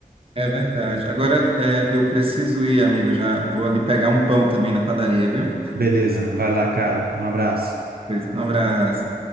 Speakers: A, on the right (about 35°); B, on the right (about 75°).
A: É verdade. Agora, é, eu preciso ir, amigo, já vou ali pegar um pão também na padaria, viu?
B: Beleza, vai lá, cara. Um abraço.
A: Pois, Um abraço.